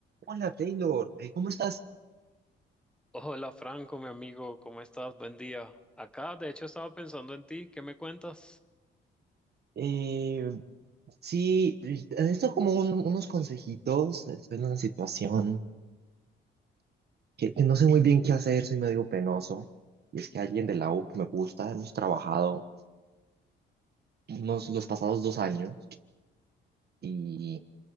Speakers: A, on the right; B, in the centre.
A: Hola Taylor, Eh, ¿cómo estás?
B: Hola Franco, mi amigo, ¿cómo estás? Buen día. Acá, de hecho, estaba pensando en ti, ¿qué me cuentas?
A: Eh, sí, esto como un- unos consejitos, estoy en una situación que, que no sé muy bien qué hacer, soy medio penoso, y es que alguien de la U que me gusta, hemos trabajado unos, los pasados dos años y,